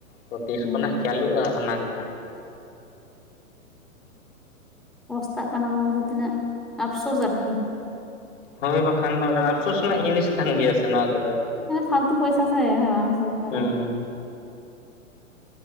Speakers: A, on the left; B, in the centre.
A: ᱫᱚ ᱛᱤᱥ
B: ᱦᱮᱸ
A: ᱠᱷᱚᱱᱟᱜ ᱪᱟᱹᱞᱩᱜ-ᱟ ᱚᱱᱟᱜᱮ ᱦᱟᱸᱜ
B: ᱯᱚᱥᱛᱟᱜ ᱠᱟᱱᱟ ᱠᱚ ᱢᱟᱥᱮ ᱛᱤᱱᱟᱹᱜ ᱟᱯᱥᱳᱥ ᱟᱨᱠᱤ
A: ᱦᱳᱭ ᱵᱟᱠᱷᱟᱱ ᱫᱚ ᱚᱱᱟ ᱟᱯᱥᱳᱥ ᱨᱮᱱᱟᱜ ᱡᱤᱱᱤᱥ ᱠᱟᱱ ᱜᱮᱭᱟ ᱥᱮ ᱱᱚᱣᱟ ᱠᱚᱫᱚ
B: ᱯᱷᱟᱞᱛᱩ ᱯᱚᱭᱥᱟ ᱥᱮ ᱦᱮᱸ ᱵᱟᱝ ᱥᱚᱨᱠᱟᱨ
A: ᱦᱩᱸ
B: ᱟᱜ